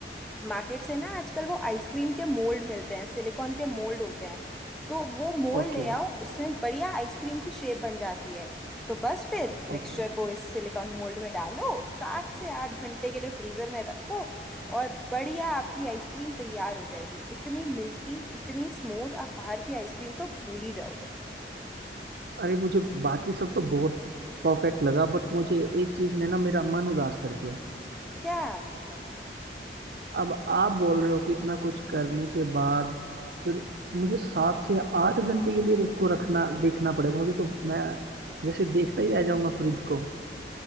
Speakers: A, in the centre; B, on the right (about 60°).
A: मार्केट से ना आजकल वो आइसक्रीम के मोल्ड मिलते हैं सिलिकॉन के मोल्ड होते हैं तो वो मोल्ड
B: Okay
A: ले आओ उसमें बढ़िया आइसक्रीम की शेप बन जाती है तो बस फिर मिक्सचर
B: okay
A: को इस सिलिकॉन मोल्ड में डालो सात से आठ घंटे के लिए फ्रीजर में रखो और बढ़िया आपकी आइसक्रीम तैयार हो जाएगी इतनी मिल्की इतनी स्मूथ आप बाहर की आइसक्रीम तो भूल ही जाओगे
B: अरे मुझे बाकी सब तो बहुत परफेक्ट लगा बट मुझे एक चीज ने ना मेरा मन उदास कर दिया
A: क्या
B: अब आप बोल रहे हो कि इतना कुछ करने के बाद फिर मुझे सात से आठ घंटे के लिए तो उसको रखना देखना पड़ेगा मुझे तो मैं जैसे देखता ही रह जाऊंगा फ्रिज को